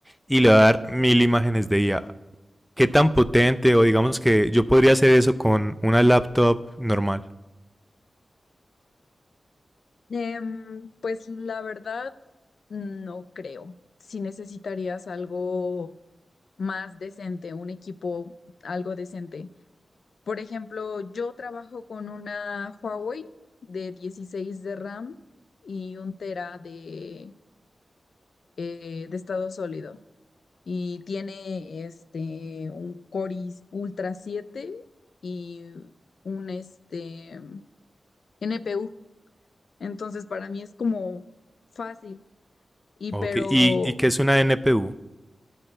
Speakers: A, in the centre; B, on the left (about 80°).
A: y le voy a dar mil imágenes de IA. ¿Qué tan potente? O digamos que yo podría hacer eso con una laptop normal.
B: Em, pues la verdad, no creo. Si necesitarías algo más decente, un equipo algo decente. Por ejemplo, yo trabajo con una Huawei de 16 de RAM y un tera de, eh, de estado sólido. Y tiene este, un Core i Ultra 7 y un este, NPU. Entonces, para mí es como fácil. Y
A: Ok,
B: pero,
A: ¿Y, y qué es una NPU?